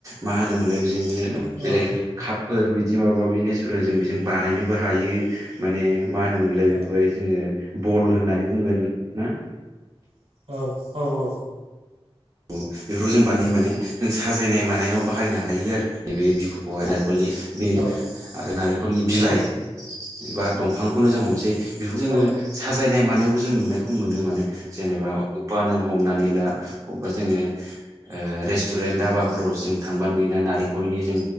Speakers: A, on the right; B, on the right.
A: मा होनोमोनलाय बिनो
B: औ
A: बेलेग
B: औ
A: कापफोर बि दि माबा माबि नेसारेल जों बेजों बानायनोबो हायो माने मा होनोमोनलाय
B: औ
A: बेखौहाय जोङो बल होननानै बुंगोन ना?
B: औ औ औ
A: बेफोरखौ जों बानाय माने जों साजायनाय मानायाव बाहायनो हायो आरो नैबे बिखबखौहाय। <unintelligible>
B: औ
A: आरो नारिखलनि बिलाइ
B: औ
A: बा दंफांखौनो जों हमनोसै बेखौ जोङो
B: औ
A: साजायनाय मानायावबो ज जों नुनायखौ मोनो माने जेनेबा अबेबा नों हमनानै ला अबेबा जोङो ओ रेस्टुरेन्ट धाबाफोराव जों थांबा नुयोना नारेंखलनि जों